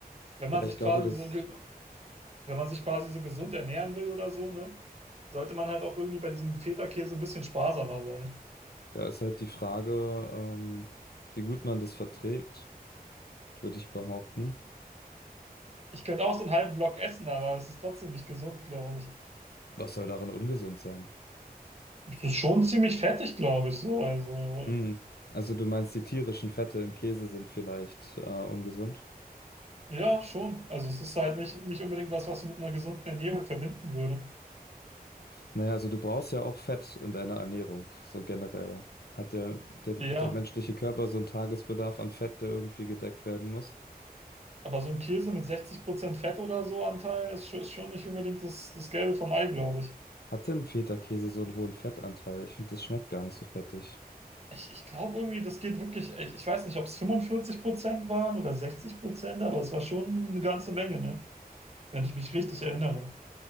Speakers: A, on the right; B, on the left.
A: Wenn man
B: Ja,
A: sich
B: ich glaube,
A: quasi
B: das
A: so ge- Wenn man sich quasi so gesund ernähren will oder so, ne, sollte man halt auch irgendwie bei diesem Feta-Käse ein bisschen sparsamer sein.
B: ja, ist halt die Frage, ähm, wie gut man das verträgt, würde ich behaupten.
A: Ich könnte auch so einen halben Block essen, aber es ist trotzdem nicht gesund, glaube ich.
B: Was soll darin ungesund sein?
A: Es ist schon ziemlich fettig, glaube ich, so. Also,
B: Mhm. Also du meinst, die tierischen Fette im Käse sind vielleicht äh, ungesund?
A: ja, schon. Also, es ist halt nicht, nicht unbedingt was, was ich mit einer gesunden Ernährung verbinden würde.
B: Naja, also du brauchst ja auch Fett in deiner Ernährung, so generell. Hat der, der,
A: Ja,
B: der menschliche Körper so einen Tagesbedarf an Fett, der irgendwie gedeckt werden muss?
A: aber so ein Käse mit 60% Fett oder so Anteil ist, scho- ist schon nicht unbedingt das, das Gelbe vom Ei, glaube ich.
B: Hat denn Feta-Käse so einen hohen Fettanteil? Ich finde, das schmeckt gar nicht so fettig.
A: Ich, ich glaube irgendwie, das geht wirklich, ich, ich weiß nicht, ob es 45 Prozent waren oder 60 Prozent, aber es war schon eine ganze Menge, ne? Wenn ich mich richtig erinnere.